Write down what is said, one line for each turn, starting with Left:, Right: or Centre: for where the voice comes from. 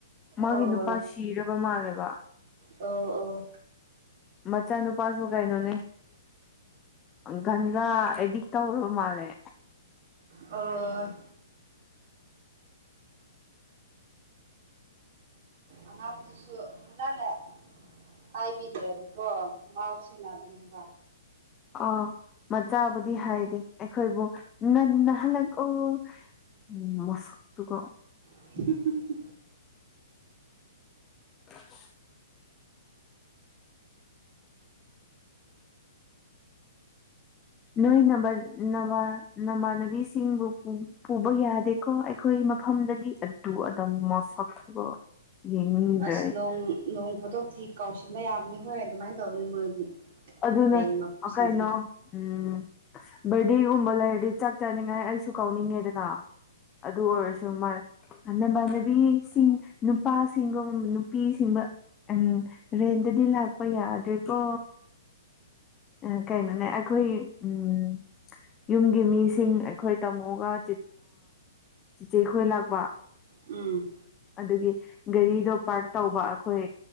Left: ꯃꯥꯒꯤ
Right: ꯑꯣ
Left: ꯅꯨꯄꯥ ꯁꯤꯔꯕ ꯃꯥꯜꯂꯦꯕ
Right: ꯑꯣ ꯑꯣ
Left: ꯃꯆꯥ ꯅꯨ ꯅꯨꯄꯥꯁꯨ ꯀꯩꯅꯣꯅꯦ ꯒꯟꯖꯥ ꯑꯦꯗꯤꯛ ꯇꯧꯔꯕ ꯃꯥꯜꯂꯦ
Right: ꯑꯣ ꯑꯉꯥꯡꯁꯤꯁꯨ ꯐꯖꯅꯦ ꯍꯥꯏꯕꯤꯗ꯭ꯔꯗꯤꯀꯣ ꯉꯥꯎꯁꯤꯟꯅꯕꯥꯅꯦ ꯍꯥꯏꯕ
Left: ꯑꯥꯎ ꯃꯆꯥꯕꯨꯗꯤ ꯍꯥꯏꯗꯦ ꯑꯩꯈꯣꯏꯕꯨ ꯉꯟꯅ ꯍꯜꯂꯛꯎ ꯎꯝ ꯃꯁꯛꯇꯨꯒ
Right: <unintelligible>
Left: <inaudible> ꯅꯣꯏ <unintelligible> ꯅꯃꯥꯟꯅꯕꯤꯁꯤꯡꯕꯨ ꯄꯨꯕ ꯌꯥꯗꯦꯀꯣ ꯑꯩꯈꯣꯏ ꯃꯐꯝꯗꯗꯤ ꯑꯗꯨ ꯑꯗꯥ ꯃꯁꯛꯇꯨꯒ ꯌꯦꯡꯅꯤꯡꯗ꯭ꯔꯦ
Right: ꯑꯁ
Left: ꯑꯩ
Right: ꯅꯣꯡ ꯅꯣꯡ ꯐꯥꯇꯣꯛꯇꯤ ꯀꯥꯎꯁꯤꯟꯕ ꯌꯥꯕꯅꯦ ꯍꯣꯏ ꯑꯗꯨꯃꯥꯏꯅ ꯇꯧꯕꯅꯤ ꯃꯣꯏꯗꯤ
Left: ꯑꯗꯨꯅꯦ
Right: ꯔꯦꯟ ꯃꯄꯨꯁꯤꯡꯁꯦ
Left: ꯑ ꯀꯩꯅꯣ ꯎꯝ ꯕꯔꯗꯦꯒꯨꯝꯕ ꯂꯩꯔꯗꯤ ꯆꯥꯛ ꯆꯥꯅꯤꯡꯉꯥꯏ ꯑꯩꯁꯨ ꯀꯧꯅꯤꯡꯉꯦꯗꯅ꯫ ꯑꯗꯨ ꯑꯣꯏꯔꯁꯨ ꯃꯥꯏ ꯑ ꯅꯃꯅꯕꯤꯁꯤꯡ ꯅꯨꯄꯥꯁꯤꯡꯒꯨꯝ ꯅꯨꯄꯤꯁꯤꯡꯕ ꯎꯝ ꯔꯦꯟꯗꯗꯤ ꯂꯥꯛꯄ ꯌꯥꯗ꯭ꯔꯦꯀꯣ ꯑ ꯀꯩꯅꯣꯅꯦ ꯑꯩꯈꯣꯏ ꯎꯝ ꯌꯨꯝꯒꯤ ꯃꯤꯁꯤꯡ ꯑꯩꯈꯣꯏ ꯇꯥꯃꯣꯒ <unintelligible> ꯆꯤꯆꯦ ꯈꯣꯏ ꯂꯥꯛꯄ
Right: ꯎꯝ
Left: ꯑꯗꯨꯒꯤ ꯒꯥꯔꯤꯗꯣ ꯄꯥꯔꯛ ꯇꯧꯕ ꯑꯩꯈꯣꯏ